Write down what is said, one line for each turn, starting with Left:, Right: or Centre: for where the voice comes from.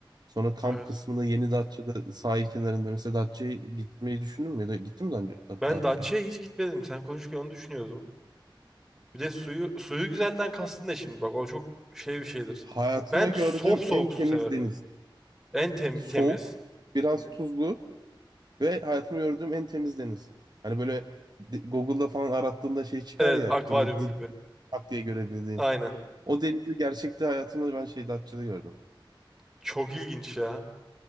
Right: Sonra kamp
Centre: Evet.
Right: kısmında yeni Datça'da sahil kenarında mesela Datça'ya gitmeyi düşündün mü ya da gittim mi daha önce Dat-
Centre: Ben
Right: Datça'ya?
Centre: Datça'ya hiç gitmedim. Sen konuşurken onu düşünüyordum. Bir de suyu suyu güzelden kastın ne şimdi? Bak o çok şey bir şeydir.
Right: Hayatımda
Centre: Ben
Right: gördüğüm
Centre: sop soğuk
Right: en temiz
Centre: su severim.
Right: deniz.
Centre: En tem-
Right: Soğuk,
Centre: temiz.
Right: biraz Evet. tuzlu ve hayatımda gördüğüm en temiz deniz. Hani böyle de- Google'da falan arattığımda şey çıkar
Centre: Evet,
Right: ya
Centre: akvaryum
Right: böyle dip,
Centre: gibi.
Right: tak diye görebildiğin.
Centre: Aynen.
Right: O denizi gerçekte hayatımda ben şey Datça'da gördüm.
Centre: Çok ilginç ya.